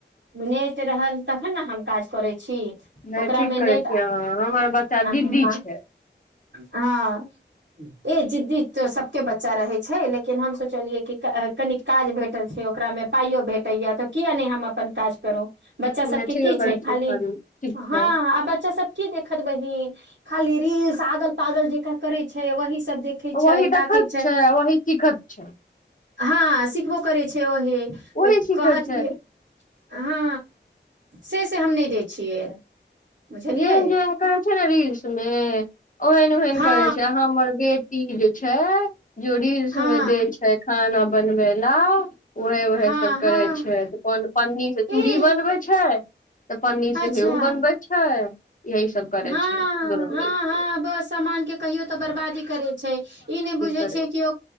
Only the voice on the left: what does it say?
नहि
ठीक
करैत छिये अहाँ हमर बच्चा
दीदी छै
नहि
ठीके
करै
छियै करू ठीक
छै
वही
देखत छै वही सिखत छै
वही सीखैत
छै
जेन जे करै छै ने रीलस मे ओहन ओहन
करे छै हमर बेटी जे छै जोड़ी
सम दे छै खान बनबै ल ओह उहे
सभ
करै छै तऽ को पन्नीसँ
चूड़ी बनबै छै तऽ पनीर
से हे बनबै ह यही सब करै
छै दूनू
मिल केँ
करै